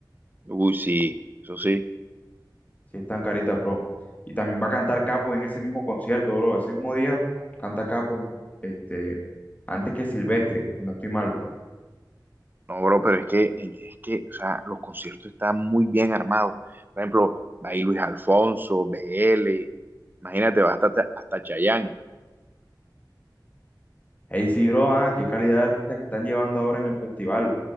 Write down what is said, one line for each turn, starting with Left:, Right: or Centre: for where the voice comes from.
Right: Uy, sí, eso sí.
Left: si están caritas, bro. Y también va a cantar Capo en ese mismo concierto, bro. Ese mismo día canta Capo, este, antes que Silvestre, si no estoy mal.
Right: No, bro, pero es que, es que, o sea, los conciertos están muy bien armados. Por ejemplo, va ahí Luis Alfonso, BL, imagínate, va hasta, hasta Chayanne.
Left: Ahí sí, bro, ah, qué calidad de artistas que están llevando ahora en el festival.